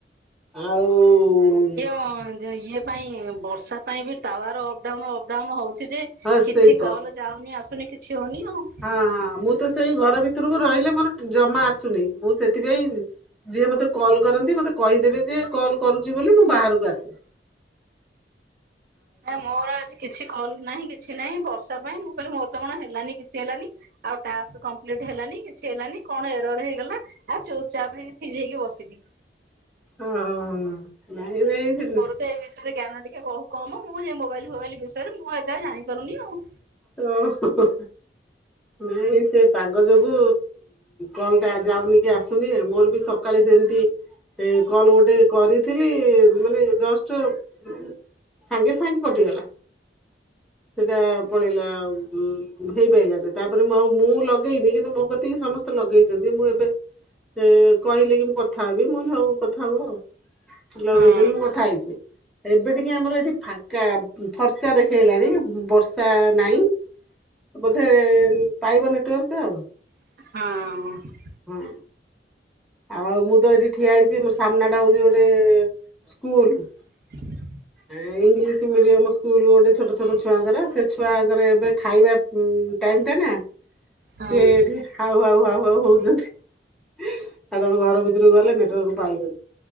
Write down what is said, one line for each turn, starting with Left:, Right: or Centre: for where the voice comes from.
Centre: ଆଉ
Right: ଯଉ ଯ ଇଏ ପାଇଁ ବର୍ଷା ପାଇଁ ବି ଟାୱାର ଅପଡାଉନୁ ଅପଡାଉନୁ ହଉଛି ଯେ
Centre: ହଁ
Right: କିଛି
Centre: ସେଇ ତ
Right: କଲ ଯାଉନି ଆସୁନି କିଛି ହଉନି ଆଉ।
Centre: ହଁ ହଁ ମୁଁ ତ ସେଇ ଘର ଭିତରକୁ ରହିଲେ ମୋର ଟ ଜମା ଆସୁନି ମୁଁ ସେଥିପାଇଁ ଯିଏ ମତେ କଲ୍ କରନ୍ତି ମତେ କହିଦେବେ ଯେ କଲ୍ କରୁଛି ବୋଲି ମୁଁ ବାହାରକୁ ଆସେ।
Right: <inaudible> ନା ମୋର ଆଜି କିଛି କଲ୍ ନାହିଁ କିଛି ନାହିଁ ବର୍ଷା ପାଇଁ ମୁଁ କହିଲି ମୋର ତ କଣ ହେଲାନି କିଛି ହେଲାନି। ଆଉ ଟାସ୍କ କମ୍ପ୍ଲିଟ ହେଲାନି କିଛି ହେଲାନି କଣ ଏରର ହେଇଗଲା ଆଉ ଚୁପ ଚାପ୍ ହେଇ ଥିରି ହେଇକି ବସିଲି।
Centre: ଓହୋ ନାଇଁ ଯାଇଥିଲି।
Right: ସେ ବିଷୟରେ ଜ୍ଞାନ ଟିକେ ବହୁ କମ ମୁଁ ଯେ ମୋବାଇଲ ଫୋବାଇଲ ବିଷୟରେ ମୁଁ ଏଯାଏ ଜାଣିପାରୁନି ଆଉ।
Centre: ଓ ହୋ ହୋ। ନାଇଁ ସେ ପାଗ ଯୋଗୁ କଲଟା ଯାଉନି କି ଆସ ଥିନି ମୋର ବି ସକାଳେ ସେମିତି ଏ କଲ ଗୋଟେ କରିଥିଲି ମାନେ ଜଷ୍ଟ ଉଁ ସାଙ୍ଗେ ସାଙ୍ଗେ କଟିଗଲା ସେଟା ପଳେଇଲା ଉଁ ହେଇପାରିଲାନି ତାପରେ ମୁଁ ଆଉ ମୁଁ ଲଗେଇନି କିନ୍ତୁ ମୋ କତିକି ସମ ସ୍ତେ ଲଗେଇଛନ୍ତି ମୁଁ ଏବେ ଏ କହିଲେ କି ମୁଁ କଥା ହେବି ମୁଁ କହିଲି ହଉ କଥା ହୁଅ। ଲଗେଇଛନ୍ତି
Right: ହଁ
Centre: ମୁଁ କଥା ହେଇଛି ଏବେ ଟିକେ ଆମର ଏଠି ଫାଙ୍କା ଫର୍ଚ୍ଚା ଦେଖେଇଲାଣି ବର୍ଷ ସା ନାଇଁ ବୋଧେ ପାଇବ ନେଟୋଆର୍କ ଆଉ।
Right: ହଁ।
Centre: ହଁ। ଆଉ ମୁଁ ତ ଏଇଠି ଠିଆ ହେଇଛି ମୋ ସାମ୍ନା ଟା ହଉଛି ଗୋଟେ ସ୍କୁଲୁ।
Right: <unintelligible>
Centre: ଏ ଇଂଲିସ୍ ମିଡିୟମ ସ୍କୁଲ ଗୋଟେ ଛୋଟ ଛୋଟ ଛୁଆଙ୍କର ସେ ଛୁଆଙ୍କର ଏବେ ଖାଇବା ଉଁ ଟାଇମ ଟା ନା
Right: ହଁ
Centre: ସିଏ ଏଠି ହାଉ ହାଉ ହାଉ ହାଉ ହଉଛନ୍ତି ଆଉ ତାପରେ ଘର ଭିତରକୁ ଗଲେ ନେଟୱର୍କ ପାଇବନି।